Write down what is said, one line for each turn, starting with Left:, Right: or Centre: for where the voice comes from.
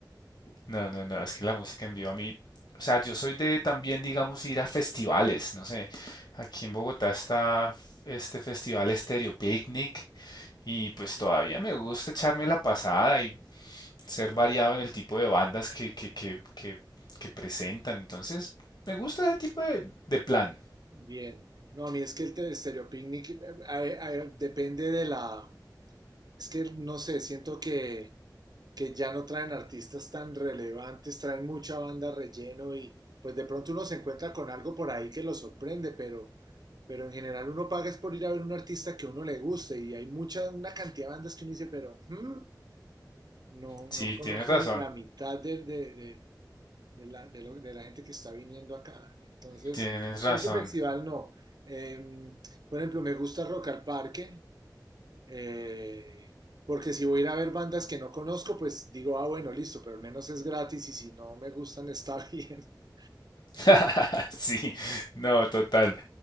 Left: No, no, no, es que la música en vivo a mí, o sea, yo soy de también, digamos, ir a festivales, no sé, aquí en Bogotá está este festival Stereo Picnic y pues todavía me gusta echarme la pasada y ser variado en el tipo de bandas que, que, que, que, que presentan, entonces me gusta ese tipo de, de plan.
Right: bien. No, a mí es que el te- el Picnic eh, eh, eh, depende de la... Es que no sé, siento que que ya no traen artistas tan relevantes, traen mucha banda relleno y pues de pronto uno se encuentra con algo por ahí que lo sorprende, pero, pero en general uno paga es por ir a ver un artista que a uno le guste y hay mucha, una cantidad de bandas que uno dice, pero ¿hmm? no,
Left: Sí,
Right: no conozco
Left: tienes razón,
Right: ni la mitad de, de- de- de la, de lo- de la gente que está viniendo acá. Entonces,
Left: tienes razón.
Right: ese festival no. Em, por ejemplo, me gusta Rock al Parque, eh, porque si voy a ir a ver bandas que no conozco, pues digo, ah, bueno, listo, pero al menos es gratis y si no me gustan está bien. <laughs>
Left: <laughs> Sí, no, total.